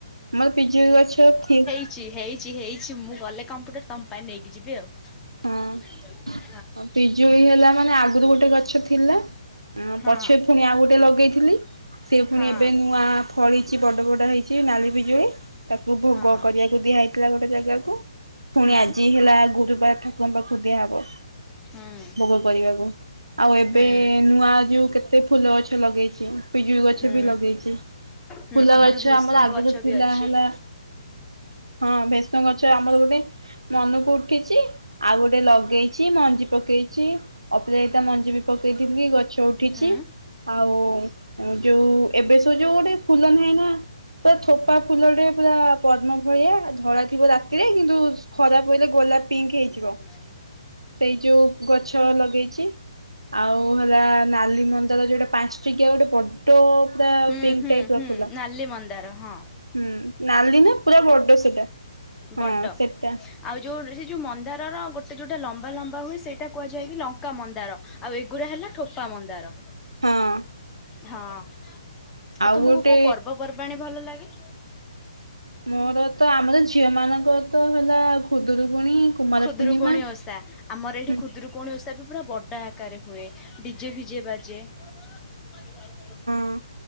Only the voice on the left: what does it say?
ଛି ହେଇଛି ହେଇଛି ମୁଁ ଗଲେ କମ୍ପ୍ୟୁଟର ତମ ପାଇଁ ନେଇକି ଯିବି ଆଉ।
<unintelligible>
ହଁ
ହଁ
ହଁ
ହୁଁ
ହୁଁ
ହୁଁ।
ହୁଁ
ହୁଁ
ଭେସୁଙ୍ଗା
ଗଛ
ବି ଅଛି।
ହୁଁ।
<inaudible>
ହୁଁ
ହୁଁ
ହୁଁ
ନାଲି ମନ୍ଦାର ହଁ
ବଡ।
ଆଉ ଯୋଉ ସେ ଯୋଉ ମନ୍ଦାରର ଗୋଟେ ଯୋଉଟା ଲମ୍ବା ଲମ୍ବା ହୁଏ। ସେଇଟା କୁହାଯାଏ କି ଲଙ୍କା ମନ୍ଦାର। ଆଉ ଏଗୁଡ଼ା ହେଲା ଠୋପା ମନ୍ଦାର।
ହଁ। ଆଉ
ତମକୁ
କୋଉ ପର୍ବପର୍ବାଣିୀ ଭଲ ଲାଗେ?
ଖୁଦୁରୁକୁଣୀ
ଓଷା। ଆମର ଏଠି
ଖୁଦୂରୁକୁଣି ଓଷା ବି ପୁରା ବଡ ଆକାରରେ ହୁଏ। ଡିଜେ ଫିଜେ ବାଜେ। <unintelligible>